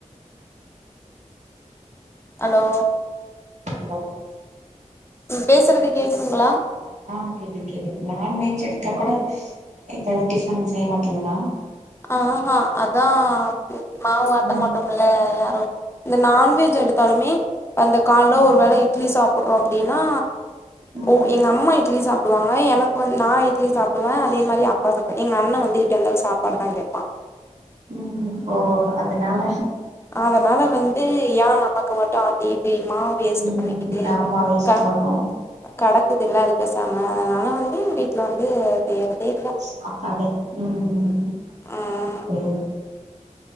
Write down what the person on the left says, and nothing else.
hello
பேசுறது
கேக்குதுங்களா
ஆ ஹா அதா மாவாட்ட
மாட்டோ இப்பெல்லா யாரு இந்த நான்வெஜ் எடுத்தாலுமே அந்த கால்ல
ஒருவேளை இட்லி சாப் புட்றோ அப்டின்னா
ஒ எங்கம்மா இட்லி சாப் ப்டுவாங்க எனக்கு வந்து நா இட்லி சாப்டுவே அதே மாரி அப்பா சாப்ப எங்கண்ணெ வந்து இட்லியாருந்தாலு சாப்பாடு தா கேப்பா
அதனால வந்து ஏ நமக்கு மட்டு ஆட்டிகிட்டு மாவ் வேஸ்ட்டு
பண்ணிகிட்டு
க
கடக்குதுல்ல அது பெசாம அதனால வந்து வீட்ல வந்து செய்யறதே இல்ல
ம்